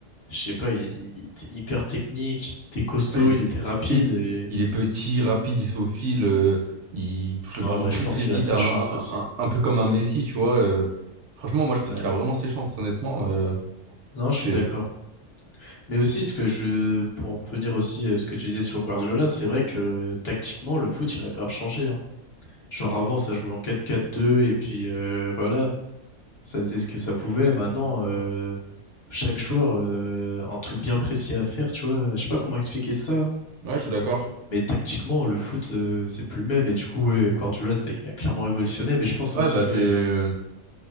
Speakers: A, on the left; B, on the right.
A: je sais pas, il, il était hyper technique, il était costaud,
B: Ouais,
A: il
B: c'est-
A: était rapide
B: c'est-
A: et
B: il est petit, rapide, issophile, euh, il touche le
A: non,
B: ballon
A: ouais,
B: très
A: je pense
B: très
A: qu'il
B: vite,
A: a sa
B: un,
A: chance
B: un-
A: aussi.
B: un- un peu comme un Messi, tu vois. euh. franchement, moi je pense
A: Ouais.
B: qu'il a vraiment ses chances, honnêtement. euh.
A: Non, je
B: c'est,
A: suis d'accord.
B: c'est-
A: Mais aussi ce que je pour revenir aussi à ce que tu disais sur Guardiola, c'est vrai que euh, tactiquement le foot, il a grave changé hein. Genre avant ça jouait en quatre quatre deux et puis euh, voilà, ça faisait ce que ça pouvait. Maintenant euh, chaque joueur euh, un truc bien précis à faire, tu vois. Je sais pas comment expliquer ça,
B: Ouais, je suis d'accord.
A: mais tactiquement, le foot, euh, c'est plus le même. Et du coup, ouais, Guardiola, ça, il a clairement révolutionné. Mais je pense
B: Ouais,
A: aussi,
B: bah c'est...
A: euh,
B: euh,